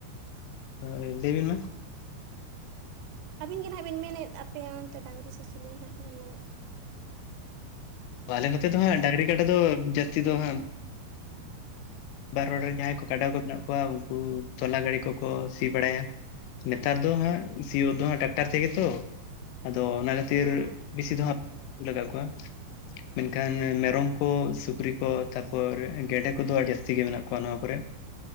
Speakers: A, on the left (about 85°); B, on the right (about 80°).
A: ᱦᱳᱭ ᱞᱟᱹᱭ ᱵᱤᱱ ᱢᱟ?
B: ᱟᱹᱵᱤᱱᱜᱮ ᱱᱟᱦᱟᱸᱜ ᱵᱤᱱ ᱢᱮᱱᱮᱫ ᱟᱯᱮ ᱚᱱᱛᱮ ᱰᱟᱝᱨᱤ ᱥᱮ ᱪᱤᱞᱤ ᱦᱟᱸᱜ ᱵᱤᱱ ᱢᱮᱱᱮᱫ?
A: ᱟᱞᱮ ᱱᱚᱛᱮ ᱫᱚ ᱦᱟᱸᱜ ᱰᱟᱝᱨᱤ ᱠᱟᱰᱟ ᱫᱚ ᱡᱟᱹᱥᱛᱤ ᱫᱚ ᱦᱟᱸᱜ ᱵᱟᱨ ᱦᱚᱲ ᱨᱮᱱ ᱡᱟᱦᱟᱸᱭ ᱠᱚ ᱠᱟᱰᱟ ᱠᱚ ᱢᱮᱱᱟᱜ ᱠᱚᱣᱟ ᱩᱱᱠᱩ ᱛᱚᱞᱟ ᱜᱟᱹᱲᱤ ᱠᱚᱠᱚ ᱥᱤ ᱵᱟᱲᱟᱭᱟ᱾ ᱱᱮᱛᱟᱨ ᱫᱚ ᱦᱟᱸᱜ ᱥᱤᱭᱳᱜ ᱫᱚ ᱦᱟᱸᱜ ᱴᱟᱠᱴᱟᱨ ᱛᱮᱜᱮ ᱛᱚ᱾ ᱟᱫᱚ ᱚᱱᱟ ᱠᱷᱟᱹᱛᱤᱨ
B: ᱦᱮᱸ
A: ᱵᱮᱥᱤ ᱫᱚᱦᱟᱸᱜ <unintelligible> ᱞᱟᱜᱟᱣ ᱠᱚᱣᱟ᱾ ᱢᱮᱱᱠᱷᱟᱱ ᱢᱮᱨᱚᱢ ᱠᱚ ᱥᱩᱠᱨᱤ ᱠᱚ ᱛᱟᱨᱯᱚᱨ ᱜᱮᱰᱮᱸ ᱠᱚᱫᱚ ᱟᱹᱰᱤ ᱡᱟᱹᱥ ᱛᱤ ᱜᱮ ᱢᱮᱱᱟᱜ ᱠᱚᱣᱟ ᱱᱚᱣᱟ ᱠᱚᱨᱮ ᱾